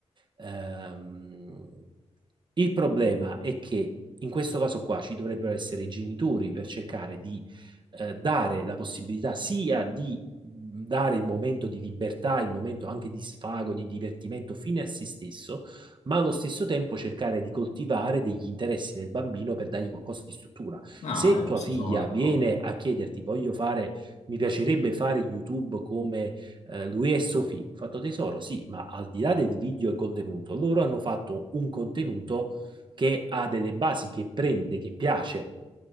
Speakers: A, on the right; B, on the left.
A: Ehm, il problema è che in questo caso qua ci dovrebbero essere i genitori per cercare di eh, dare la possibilità sia di dare il momento di libertà, il momento anche di sfago, di divertimento fine a se stesso, ma allo stesso tempo cercare di coltivare degli interessi del bambino per dargli qualcosa di struttura.
B: Ah,
A: Se
B: eh,
A: tua
B: questo
A: figlia
B: sono d'accordo.
A: viene a chiederti, voglio fare, mi piacerebbe fare YouTube come eh, lui e Sofì, ho fatto tesoro, sì, ma al di là del video e contenuto, loro hanno fatto un contenuto che ha delle basi, che prende, che piace